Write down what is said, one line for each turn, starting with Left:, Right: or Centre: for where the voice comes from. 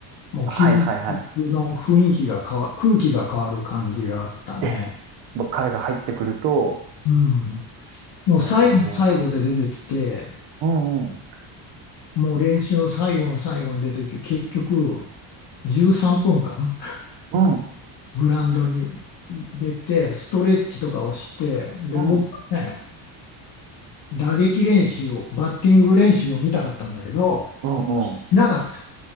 Left: もう究極の雰囲気が変わ、
Right: はいはいはい。
Left: 空気が変わる感じがあったね。
Right: え、もう彼が入ってくると、
Left: うん。もう最後の最後で出てきて、
Right: おー、うんうん、
Left: もう練習の最後の最後に出てきて、結局、13分間
Right: うん、
Left: グラウンドに出て、ストレッチとかをして、で、
Right: うん、
Left: 僕はね、打撃練習を、バッティング練習を見たかったんだけど、
Right: うんうん。
Left: しなかった。ス